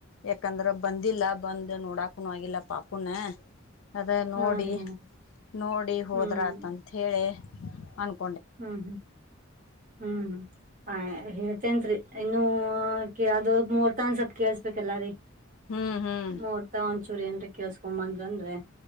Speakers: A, on the left; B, on the right.
A: ಯಾಕಂದ್ರ ಬಂದಿಲ್ಲ ಬಂದ್ ನೋಡಾಕ್ನು ಆಗಿಲ್ಲ ಪಾಪುನ ಅದ ನೋಡಿ
B: ಹಾ ರೀ ಹಾ
A: ನೋಡಿ ಹೋದ್ರತ್ಂತ
B: ಹ್ಮ್
A: ಹೇಳಿ ಅಕೊಂಡ
B: ಹ್ಮ್ ಹ್ಮ್ ಹ್ಮ್ ಆ ಹೇ ನ್ರಿ ಇನ್ನುೂ ಅದ ಮೂರ್ ತನ್ ಸ್ವಲ್ಪ್ ಕೇಳ್ಸ್ಬೇಕಲ್ಲ ರೀ
A: ಹ್ಮ್ ಹ್ಮ್
B: ಮೂರ್ತ ಒಂಚ ಸೂರ್ಯನ್ ಕೇಳ್ಸ್ಕೊ್ ಬಂದ್ರ ಅಂದ್ರೆ